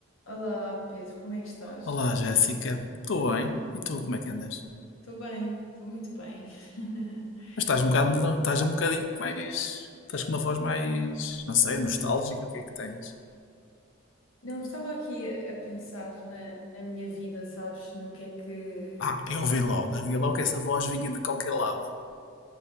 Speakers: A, on the left (about 80°); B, on the left (about 65°).
A: Olá, Pedro, como é que estás?
B: Olá, Jéssica. Estou bem. E tu, como é que andas?
A: Estou bem, estou muito bem. <laughs>
B: Mas estás um bocado, estás um bocadinho mais. Estás com uma voz mais, não sei, nostálgica, o que é que tens?
A: Não, estava aqui a a pensar na, na minha vida, sabes? No que é que.
B: Ah, eu ouvi logo, havia logo que essa voz vinha de qualquer lado.